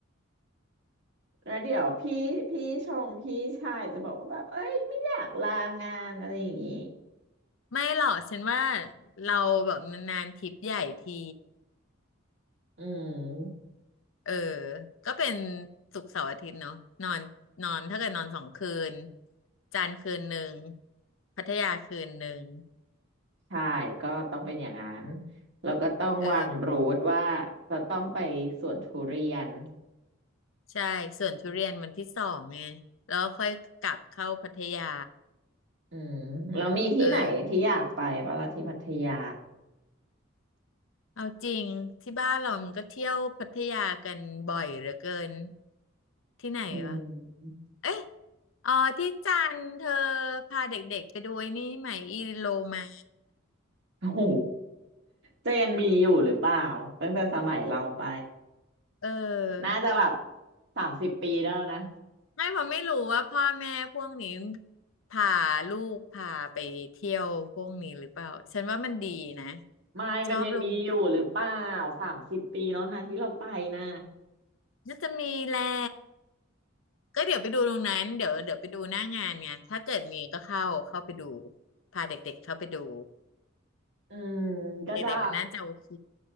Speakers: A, on the right; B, on the left.
A: แล้วเดี๋ยวพี่พี่ชงพี่ชายจะบอกว่าแบบเอ้ยไม่อยากลางานอะไรอย่างนี้
B: ไม่หรอกฉันว่าเราแบบนานๆทริปใหญ่ที
A: อืม
B: เออก็เป็นศุกร์เสาร์อาทิตย์เนาะนอนนอนถ้าเกิดนอนสองคืนจันทร์คืนหนึ่งพัทยาคืนหนึ่ง
A: ใช่ก็ต้องเป็นอย่างนั้นแล้วก็ต้องวางรูทว่าจะต้องไปสวนทุเรียน
B: เออใช่ส่วนทุเรียนวันที่สองไงแล้วก็ค่อยกลับเข้าพัทยา
A: อืมแล้วมีที่ไหนที่อยากไปบ้างล่ะที่พัทยา
B: เออเอาจริงที่บ้านเรามันก็เที่ยวพัทยากันบ่อยเหลือเกินที่ไหนวะ
A: อืม
B: เอ้ย อ๋อที่จันทร์เธอพาเด็กๆไปดูไอ้นี่ไหมอีโลมา
A: <laughs> โอ้โหจะยังมีอยู่หรือเปล่าตั้งแต่สมัยเราไป
B: เออ
A: น่าจะแบบสามสิบปีแล้วนะ
B: ไม่ผมไม่รู้ว่าพ่อแม่พวกนี้พาลูกพาไปเที่ยวพวกนี้หรือเปล่าฉันว่ามันดีนะ
A: ไม่มันยังมีอยู่หรือเปล่า
B: ชอบลง
A: สามสิบปีแล้วนะที่เราไปนะ
B: น่าจะมีแหละก็เดี๋ยวไปดูตรงนั้นเดี๋ยวเดี๋ยวไปดูหน้างานไงถ้าเกิดมีก็เข้าเข้าไปดูพาเด็กๆเข้าไปดู
A: อืมก็ได้
B: เด็กๆมันน่าจะโอเค